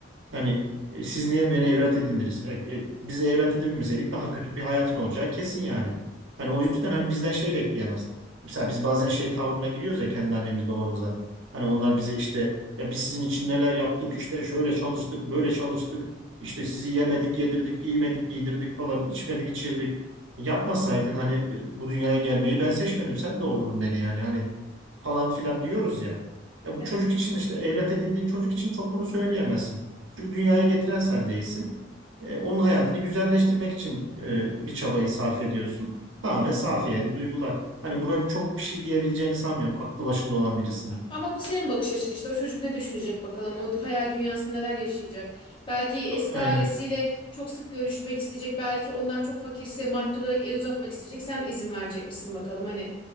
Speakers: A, on the right; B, on the left.
A: Hani e, siz niye beni evlat edindiniz? E, e, biz evlat edinmeseydik daha kötü bir hayatın olacağı kesin yani. Hani o yüzden hani bizden şey bekleyemez. Mesela biz bazen şey tavrına giriyoruz ya kendi annemiz babamıza. Hani onlar bize işte ya biz sizin için neler yaptık işte şöyle çalıştık böyle çalıştık işte sizi yemedik, yedirdik, giymedik, giydirdik falan, içmedik, içirdik. Yapmasaydın hani bu dünyaya gelmeyi ben seçmedim. Sen doğurdun beni yani hani falan filan diyoruz ya. Ya bu
B: Evet.
A: çocuk için işte evlat edindiğin çocuk için çok bunu söyleyemezsin. Çünkü dünyaya getiren sen değilsin. E, onun hayatını güzelleştirmek için e, bir çabayı sarf ediyorsun. Tamamen safi yani duygular. Hani buna çok bir şey diyebileceğini sanmıyorum. Aklı başında olan birisin.
B: Ama bu senin bakış açın işte o çocuk ne düşünecek bakalım o hayal dünyasında neler yaşayacak. Belki
A: A-
B: eski
A: Aynen.
B: ailesiyle çok sık görüşmek isteyecek belki onlar çok fakirse maddi olarak el uzatmak isteyecek sen izin verecek misin bakalım hani.